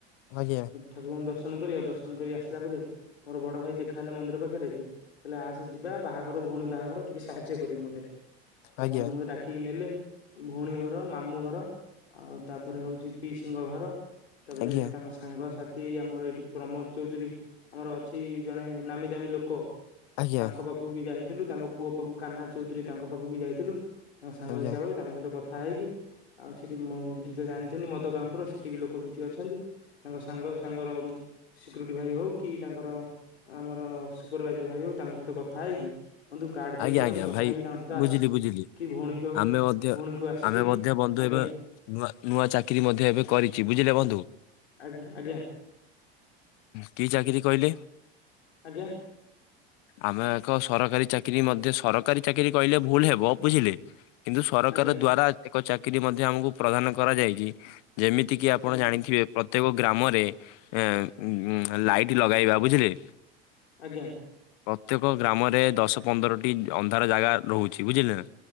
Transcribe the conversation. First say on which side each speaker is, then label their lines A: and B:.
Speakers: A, on the left (about 55°); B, on the left (about 85°).
A: ଆଜ୍ଞା
B: ଠାକୁରଙ୍କ ଦ ଦର୍ଶନ କରି ଆଉ ଦର୍ଶନ କରି ଆସିଲା ପରେ ମୋର ବଡ ଭାଇ ଦେଖା ହେଲେ ମନ୍ଦିର ପାଖରେ ଯେ କହିଲେ ଆସେ ଯିବା ବାହାଘର ଭଉଣୀ ବାହାଘର ଟିକେ ସାହାଯ୍ୟ କରିବ ମତେ। ତ
A: ଆଜ୍ଞା
B: ବନ୍ଧୁ ମତେ ଡାକିକି ନେଲେ ଭଉଣୀଘର, ମାମୁଁଘର ଆଉ ତାପରେ ହଉଛି ପିସିଙ୍କ ଘର। ତାପରେ
A: ଆଜ୍ଞା
B: ତାଙ୍କ ସାଙ୍ଗସାଥି ଆମର ଏଇଠି ପ୍ରମୋଦ ଚୌଧୁରୀ ଆମର ଅଛି ଜଣେ ନାମୀ ଦାମୀ ଲୋକ
A: ଆଜ୍ଞା ଆଜ୍ଞା
B: ତାଙ୍କ ପାଖକୁ ବି ଯାଇଥିଲୁ। ତାଙ୍କ ପୁଅ ପାଖକୁ କାହ୍ନା ଚୌଧୁରୀ ତାଙ୍କ ପାଖକୁ ବି ଯାଇଥିଲୁ। ତାଙ୍କ ସାଙ୍ଗ
A: ଆଜ୍ଞା
B: ହିସାବରେ ତାଙ୍କ ସହିତ କଥା ହେଇକି ଆଉ ସେଠି ମୁଁ ସେଠି ଜା ଥିଲି ମଦ କାଉଣ୍ଟର ସେଠି ବି ଲୋକ କିଛି ଅଛନ୍ତି। ତାଙ୍କ ସାଙ୍ଗ ତାଙ୍କର ସିକ୍ୟୁରିଟି ଭାଇ ହଉ କି ତାଙ୍କର ଆମର ସୁପରଭାଇଜର ଭାଇ ହଉ ତାଙ୍କ ସହିତ କଥା ହେଇକି କୁନ୍ତୁ କାର୍ଡ଼
A: ଆଜ୍ଞା
B: ଦେଇକି
A: ଆଜ୍ଞା
B: ଆମେ କଥା
A: ଭାଇ
B: ହେଇକି ତାଙ୍କ ସହିତ ଆସିଲୁ।
A: ବୁଝିଲି ବୁଝିଲି।
B: କି ଭଉଣୀଙ୍କ
A: ଆମେ ମଧ୍ୟ
B: ଭଉଣୀଙ୍କୁ ଆସିକି
A: ଆମେ ମଧ୍ୟ ବନ୍ଧୁ
B: ଆଜ୍ଞା
A: ଏବେ ନୂଆ ନୂଆ ଚାକିରି ମଧ୍ୟ ଏବେ କରିଚି ବୁଝିଲେ ବନ୍ଧୁ।
B: ଆଜ୍ଞା ଆଜ୍ଞା
A: କି ଚାକିରି କହିଲେ?
B: ଆଜ୍ଞା
A: ଆମେ ଏକ ସରକାରୀ ଚାକି କିରୀ ମଧ୍ୟ ସରକାରୀ ଚାକିରୀ କହିଲେ ଭୁଲ ହେବ ବୁଝିଲେ କିନ୍ତୁ ସରକାର
B: ଆଜ୍ଞା
A: ଦ୍ଵାରା ଚାକିରି ମଧ୍ୟ ଆମକୁ ପ୍ରଦାନ କରାଯାଇଛି। ଯେମିତି କିି ଆପଣ
B: ଆଜ୍ଞା
A: ଜାଣିଥିବେ ପ୍ରତ୍ୟେକ ଗ୍ରାମରେ ଏ ଉଁ ଲାଇଟ୍ ଲଗାଇବା ବୁଝିଲେ।
B: ଆଜ୍ଞା।
A: ପ୍ରତ୍ୟେକ ଗ୍ରାମରେ ଦଶ ପନ୍ଦରଟି ଅନ୍ଧାର ଜାଗା ରହୁଚି ବୁଝିଲେ ନା।